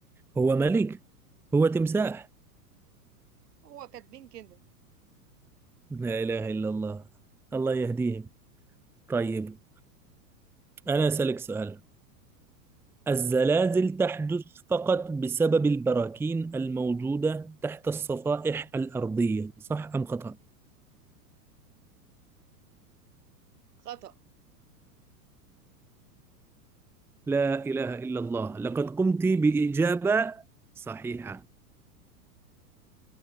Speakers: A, in the centre; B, on the right.
A: هو ملك هو تمساح
B: هو كاتبين كده
A: لا إله إلا الله الله يهديهم طيب أنا أسألك سؤال الزلازل
B: اوكي
A: تحدث فقط بسبب البراكين الموجودة تحت الصفائح الأرضية صح أم خطأ؟
B: خطأ
A: لا إله إلا الله لقد قمت بإجابة صحيحة